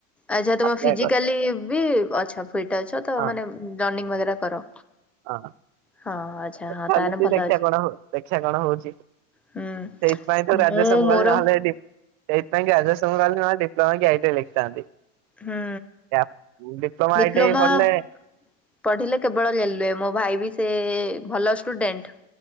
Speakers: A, in the centre; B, on the right.
A: ଆଚ୍ଛା ତମେ
B: ଆପ୍ଲାଏ
A: ଫିଜିକାଲି
B: କରି
A: ବି ଅଛ। ଫିଟ୍ ଅଛ ତ
B: ହଁ
A: ମାନେ ରନିଙ୍ଗ୍ ବଗେରା କର।
B: ହଁ
A: ହଁ ଆଚ୍ଛା ହଁ
B: ଚାଲିଛି
A: ତାହେଲେ ଭଲ
B: ଦେଖିବା
A: ଅଛି
B: କଣ ହ ଦେଖିବା କଣ ହଉଛି।
A: ହୁଁ
B: ସେଇଥିପାଇଁ ତ
A: ମୁଁ
B: ଗ୍ରାଜୁଏସନ କଲି
A: ମୋର
B: ନହଲେ ଡିପ। ସେଇଥିପାଇଁ ଗ୍ରାଜୁଏସନ୍ କଲି ନହେଲେ ଡି୍ପ୍ଲୋମା କି ଆଇ ଟି ଆଇ ଲେଖିଥାନ୍ତି।
A: ହୁଁ
B: ୟା diploma
A: diploma
B: I T I ପଢିଲେ।
A: ପଢିଲେ କେବଳ ରେଲୱେ ମୋ ଭାଇ ବି ସେ ଭଲ ଷ୍ଟୁଡେଣ୍ଟ୍।